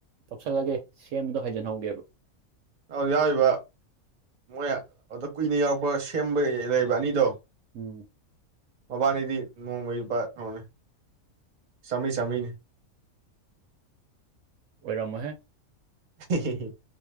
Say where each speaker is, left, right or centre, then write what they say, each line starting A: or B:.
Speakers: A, on the right; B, on the right.
A: ꯇꯧꯁꯜꯂꯒꯦ ꯁꯦꯝꯕꯗꯣ ꯍꯩꯖꯟꯍꯧꯒꯦꯕ
B: ꯑ ꯌꯥꯎꯔꯤꯕ ꯃꯣꯏ ꯑꯗꯨꯗ ꯀꯨꯏꯅ ꯌꯥꯎꯔꯛꯄ ꯁꯦꯝꯕ ꯂꯩꯕ ꯑꯅꯤꯗꯣ
A: ꯎꯝ
B: ꯃꯕꯥꯅꯤꯗꯤ ꯅꯣꯡꯃ ꯂꯨꯄꯥ ꯀꯣꯅꯦ ꯆꯥꯝꯃꯩ ꯆꯥꯝꯃꯩꯅꯤ
A: ꯑꯣꯏꯔꯝꯃꯍꯦ
B: ꯍꯦ ꯍꯦ ꯍꯦ